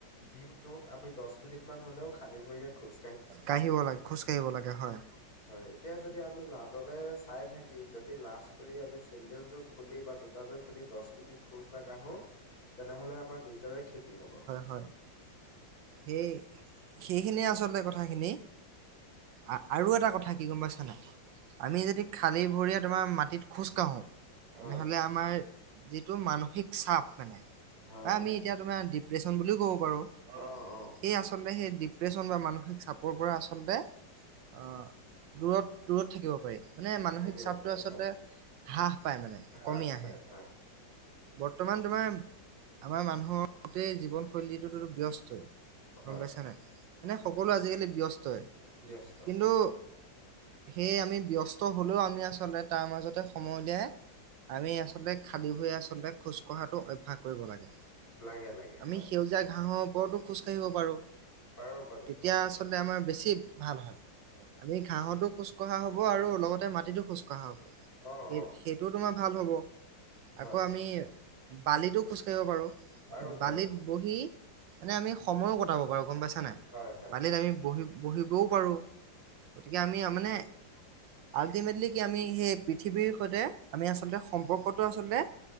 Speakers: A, on the left; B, on the right.
A: দিনটোত আমি দহ মিনিট মান হলেও খালী ভৰিৰে খোজ
B: কাঢ়িব লাগে, খোজ কাঢ়িব লাগে হয়।
A: হয়, এতিয়া যদি আমি লাজলে চাই থাকি যদি লাজ কৰি আমি চেন্দেল যোৰ খুলি বা জোতা জোৰ খুলি দশ মিনিট খোজ নাকাঢ়ো তেনেহলে আমাৰ নিজৰে ক্ষতি হব
B: <inaudible> হয়, হয়। সেই, সেইখিনিয়ে আচলতে কথাখিনি। আ-আৰু এটা কথা কি গম পাইছ নাই? আমি যদি খালী ভৰিয়ে তোমাৰ মাটিত খোজ কাঢ়ো, তেনেহলে
A: হয়
B: আমাৰ যিটো মানসিক চাপ মানে।
A: হয়
B: বা আমি
A: হয়
B: এতিয়া তোমাৰ ডিপ্ৰেচন বুলিও ক'ব পাৰোঁ
A: অ
B: <inaudible>
A: অ
B: সেই আচলতে সেই ডিপ দিপ্ৰেচন বা মানসিক চাপৰ পৰা আচলতে, আ দূৰত দূৰত থাকিব পাৰি। মানে মানসিক
A: থাকিব
B: চাপটো
A: পাৰে
B: আচলতে
A: হয়
B: হ্ৰাস পায় মানে
A: হ্ৰাস
B: কমি আহে।
A: পায় হয়
B: বৰ্তমান তোমাৰ আমাৰ মানুহৰ গোটেই জীৱনশৈলীটোতো ব্যস্তই।
A: হয়
B: গম পাইছা নাই? মানে সকলো আজিকালি ব্যস্তই।
A: ব্যস্ত
B: কিন্তু
A: হয়
B: সেয়ে আমি ব্যস্ত হলেও আমি আচলতে তাৰ মাজতে সময় উলিয়াই আমি আচলতে খালী ভৰিৰে আচলতে খোজকঢ়াটো অভ্যাস কৰিব লাগে।
A: লাগে লাগে
B: আমি
A: হয়
B: সেউজীয়া ঘাঁহৰ ওপৰতো খোজকাঢ়িব পাৰোঁ।
A: পাৰো পাৰো
B: তেতিয়া
A: হয়
B: আচলতে আমাৰ বেছি ভাল হয়। আমি ঘাহঁতো খোজ খোজকঢ়া হ'ব আৰু লগতে মাটিটো খোজকঢ়া হ'ব।
A: অ
B: সে-সেইটোও
A: অ
B: তোমাৰ ভাল হ'ব।
A: হয়
B: আকৌ আমি বালিতো খোজকাঢ়িব পাৰোঁ।
A: পাৰো
B: বালিত
A: পাৰো
B: বহি মানে আমি সময়ো কটাব পাৰো গম পাইছা নাই?
A: হয় হয়
B: বালিত আমি বহি বহিবও পাৰোঁ। গতিকে আমি মানে আল্টিমেটলি কি আমি সেই পৃথিৱীৰ সৈতে, আমি আচলতে সম্পৰ্কটো আচলতে